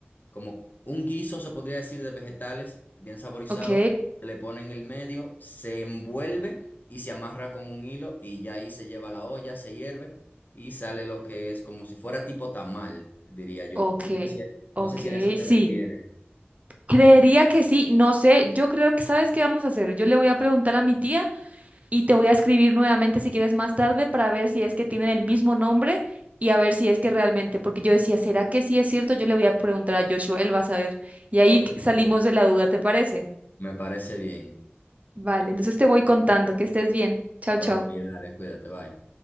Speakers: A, on the left; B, on the right.
A: como un guiso, se podría decir, de vegetales, bien saborizado.
B: ok,
A: Se le pone en el medio, se envuelve y se amarra con un hilo y ya ahí se lleva a la olla, se hierve y sale lo que es como si fuera tipo tamal, diría yo.
B: ok,
A: No sé si a,
B: ok,
A: no sé si a eso te
B: sí.
A: refieres.
B: Creería que sí, no sé, yo creo que, ¿sabes qué vamos a hacer? Yo le voy a preguntar a mi tía y te voy a escribir nuevamente si quieres más tarde para ver si es que tienen el mismo nombre y a ver si es que realmente, porque yo decía, ¿será que sí es cierto? Yo le voy a preguntar a Joshua, él va a saber. Y ahí
A: Ok,
B: salimos
A: ok.
B: de la duda, ¿te parece?
A: Me parece bien.
B: Vale, entonces te voy contando, que estés bien. Chao,
A: Ok,
B: chao.
A: dale, cuídate, bye.